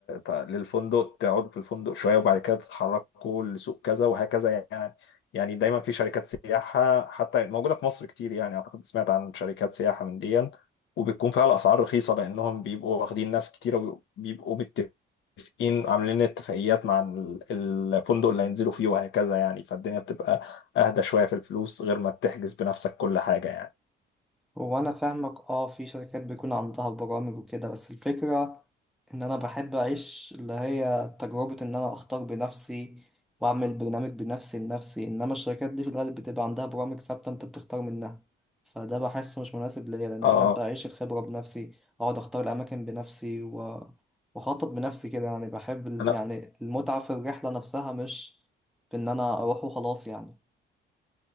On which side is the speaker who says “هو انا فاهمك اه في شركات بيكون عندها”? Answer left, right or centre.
Centre